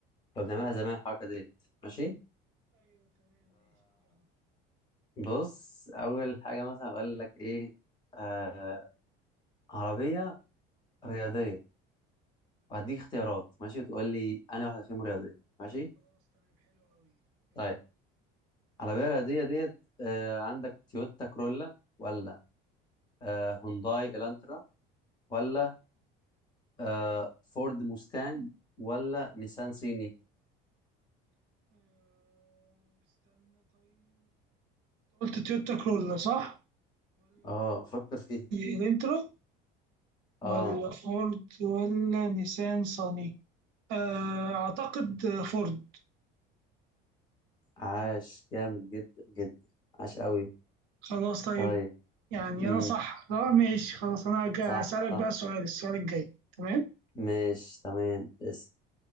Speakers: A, on the left; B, on the right.
A: كنا بنعملها زمان الحركه ديت ماشي فبص اول حاجه مثلا اقول لك ايه آه عربيه رياضيه وهديك اختيارات ماشي وتقول لي انا واحده فيهم رياضيه ماشي طيب العربية الرياضية ديت آه عندك تويوتا كرولا ولا آه هونداي الانترا ولا آه فورد موستانج ولا نيسان صيني
B: تويوتا كروسان
A: اه فكر فيها
B: والانترا
A: اه
B: ولا فورد ولا نيسان صاني آه، أعتقد فورد
A: عاش جامد جدا جدا عاش قوي
B: خلاص طيب
A: طيب
B: يعني
A: امم
B: أنا صح لا ماشي خلاص أنا هج- هسألك
A: صح صح
B: بقى سؤال السؤال الجاي تمام
A: ماشي تمام اس